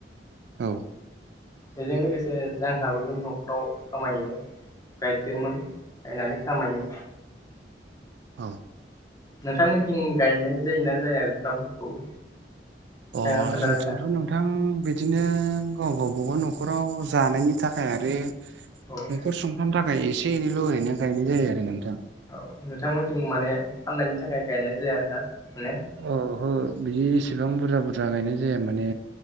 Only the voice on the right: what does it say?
औ
औ
अ
जोंथिंथ'
नों नोंथां बिदिनो गाव गावबागाव न'खराव जानायनि थाखाय आरो
न'खर सुंथानो थाखाय एसे एनैल' ओरैनो गायनाय जायो आरो नोंथां
औहो बिदि एसेबां बुरजा बुरजा गायनाय जाया माने